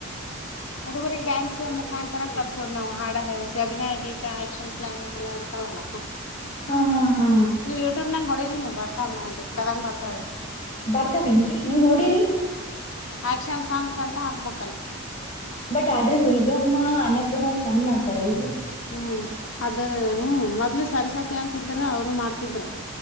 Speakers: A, on the left; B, on the left.
A: ಹುಡುಗರಿಗೆ ಡ್ಯಾನ್ಸ್ ಮುಖಾಂತರ ಕಲ್ಸೋದ್ ನಾವು ಹಾಡ ಹೇಳಸಿಸಿ ಅಭಿನಯ ಗಗೀ ಆಕ್ಕ್ಷನ್ ಪ್ಲಾ ಎಲ್ಲ ಇರ್ತಾವಲ್ಲ ಹ
B: ಹಾ ಹಾ ಹಾ
A: ನೀವು ಯೂಟ್ಯೂಬ್ ನಾಗ ಹೊಡೆ ಬರ್ತಾವ ಬೇಕಾದಂಗ ಬರ್ತಾವ ಇವಿ
B: ಬರ್ತಾವೇನ್ರರಿ ನೀವ್ ನೋಡರಿ
A: ಆಕ್ಷನ್ ಸಾಂಗ್ಸ್ ಅಂತ ಹಾಕ್ಬೇಕಲ್
B: ಬಟ್ ಆ ಆದ್ರೆ ಹುಳ್ಗಮ್ಮ ಅನ್ನಪೂರ್ಣವರು ಚಂದ ಮಾಡ್ತಾರಲ್ರರಿ
A: ಹ್ಮ್ ಅದ್ರ ಹ್ಮ್ ಮೊದ್ಲ ಸರಸ್ವತಿ ಅಂತಿದ್ರ ಅವರು ಮಾಡ್ತಿದ್ರು.